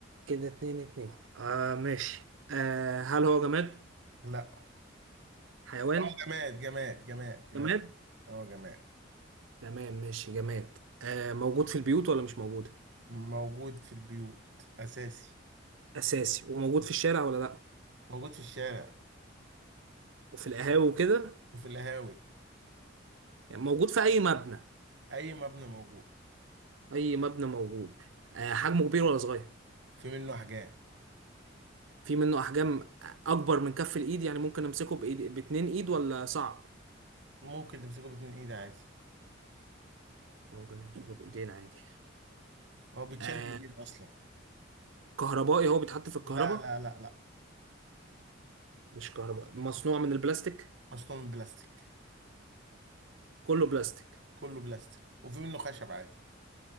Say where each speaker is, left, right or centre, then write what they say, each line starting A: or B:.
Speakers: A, on the right; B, on the right.
A: كده اتنين اتنين اه ماشي آه هل هو جماد
B: لا
A: حيوان
B: اه جماد جماد جماد جماد
A: جماد
B: اه جماد
A: تمام ماشي جماد آه موجود في البيوت ولا مش موجود
B: موجود في البيوت أساسي
A: اساسي وموجود
B: مم.
A: في الشارع ولا لا
B: موجود في الشارع
A: وفي القهاوي وكده
B: وفي القهاوي
A: يعني موجود في اي مبنى
B: اي مبنى موجود
A: اي مبنى موجود آه حجمه كبير ولا صغير
B: في منه احجام
A: في منه احجام اكبر من كف الايد يعني ممكن امسكه بايد باتنين ايد ولا صعب
B: ممكن تمسكه باتنين ايد عادي
A: ممكن نمسكه بايدينا عادي
B: هو بيتشال
A: آه
B: بايدين اصلا
A: كهربائي هو بيتحط في الكهرباء
B: لا لا لا لا
A: مش كهرباء مصنوع من البلاستيك
B: اصلا من بلاستيك
A: كله بلاستيك
B: كله بلاستيك وفي منه خشب عادي